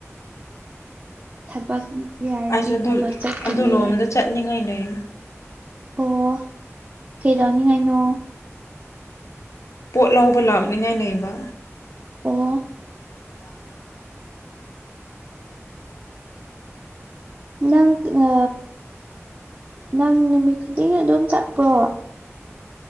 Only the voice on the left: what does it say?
ꯑꯁ ꯑꯗꯨ
ꯑꯗꯨ ꯂꯣꯝꯗ ꯆꯠꯅꯤꯡꯉꯥꯏ ꯂꯩ
ꯄꯣꯠ ꯂꯧꯕ ꯂꯥꯛꯅꯤꯉꯥꯢ ꯂꯩꯕꯥ
<inaudible>